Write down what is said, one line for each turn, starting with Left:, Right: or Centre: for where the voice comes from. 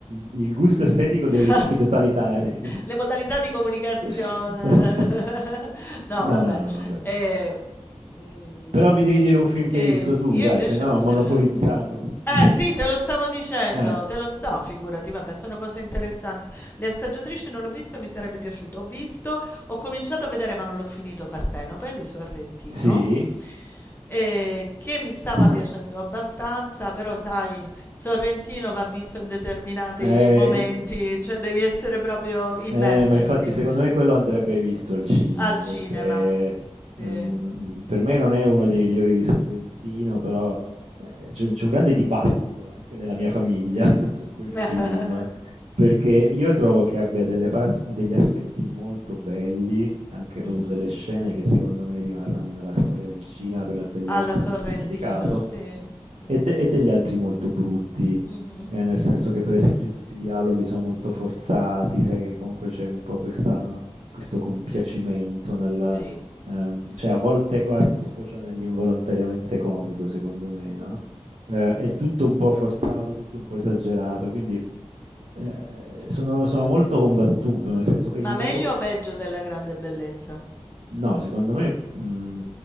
Right: il gusto estetico
Left: <laughs>
Right: dei regimi totalitari. <laughs>
Left: Le modalità di comunicazione.
Right: <laughs>
Left: <laughs> No,
Right: No,
Left: vabbè.
Right: no, no, vabbè.
Left: Ehm, mhmm,
Right: Però mi devi dire un film
Left: ehm,
Right: che hai visto tu,
Left: io
Right: dai,
Left: invece
Right: se no
Left: uno
Right: ho monopolizzato.
Left: del eh
Right: <laughs>
Left: sì, te lo stavo dicendo,
Right: Eh,
Left: te lo sto, figurati, vabbè, sono cose interessanti. Le assaggiatrici non l'ho visto, mi sarebbe piaciuto. Ho visto, ho cominciato a vedere, ma non l'ho finito, Partenope di Sorrentino,
Right: sì.
Left: eh, che mi stava
Right: <laughs>
Left: piacendo abbastanza, però sai, Sorrentino va visto in determinati
Right: Eh,
Left: momenti, cioè devi essere proprio immergerti
Right: Eh, ma infatti secondo me quello andrebbe visto al cinema
Left: al cinema.
Right: perché ehm,
Left: Sì.
Right: per me non è uno dei migliori di Sorrentino, però eh, c'è, c'è un grande dibattito anche nella mia famiglia <laughs> su quel
Left: <laughs>
Right: film, perché io trovo che abbia delle par- degli aspetti molto belli, anche proprio
Left: Mhm.
Right: delle scene che secondo me rimarranno nella storia del cinema per la bellezza,
Left: Alla Sorrentino,
Right: per il significato,
Left: sì. Mm,
Right: e, de- e
Left: mm.
Right: degli altri molto brutti
Left: Mhm,
Right: eh, nel senso
Left: mhm.
Right: che per esempio tutti i dialoghi sono molto forzati, sai che comunque c'è un po' questa- questo compiacimento nel,
Left: Sì.
Right: ehm,
Left: Sì.
Right: cioè a volte quasi sfocia nell'involontariamente comico, secondo me, no? Eh, è tutto un po' forzato, tutto un po' esagerato, quindi eh, sono, sono molto combattuto, nel senso che
Left: Ma
Right: gli
Left: meglio
Right: do...
Left: o peggio della grande bellezza?
Right: No, secondo me mh,